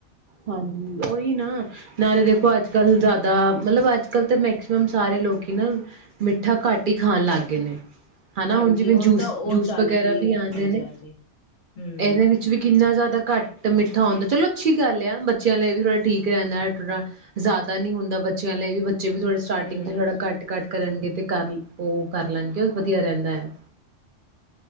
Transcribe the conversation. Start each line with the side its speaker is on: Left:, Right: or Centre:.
Right: ਹਾਂਜੀ, ਉਹੀ ਨਾ। ਨਾਲੇ ਦੇਖੋ, ਅੱਜ-ਕੱਲ ਜ਼ਿਆਦਾ ਮਤਲਬ ਅੱਜ ਕੱਲ ਤਾਂ ਮੈਕਸੀਮਮ ਸਾਰੇ ਲੋਕ ਹੀ ਨਾ ਮਿੱਠਾ ਘੱਟ ਹੀ ਖਾਣ ਲੱਗ ਗਏ ਨੇ। ਹਨਾ,
Left: ਹਾਂਜੀ
Right: ਹੁਣ ਜਿਵੇਂ ਜੂਸ-ਜੂਸ
Left: ਤਾਂ ਉਹ ਚੱਲ
Right: ਵਗੈਰਾ
Left: ਗਈ
Right: ਵੀ
Left: ਏ।
Right: ਆਉਂਦੇ
Left: ਹਾਂਜੀ
Right: ਨੇ,
Left: ਹਾਂਜੀ ਹਮ
Right: ਇਹਦੇ ਵਿੱਚ ਵੀ ਕਿੰਨਾ ਜ਼ਿਆਦਾ ਘੱਟ ਮਿੱਠਾ ਹੁੰਂਦਾ, ਚਲੋ ਠੀਕ। ਗੱਲ ਆ, ਬੱਚਿਆਂ ਲਈ ਵੀ ਥੋੜ੍ਹਾ ਠੀਕ ਰਿੰਦਾ ਥੋੜਾ। ਜ਼ਿਆਦਾ ਨੀ ਹੁੰਦਾ ਬੱਚਿਆਂ ਲਈ ਵੀ, ਬੱਚੇ ਵੀ ਥੋੜੇ ਸਟਾਰਟਿੰਗ
Left: ਹਮ
Right: ਤੋਂ ਥੋੜਾ ਘੱਟ ਘੱਟ ਕਰਨਗੇ। ਤੇ ਕਰ, ਉਹ ਕਰ ਲੈਣਗੇ। ਵਧੀਆ ਰਹਿੰਦਾ ਆ।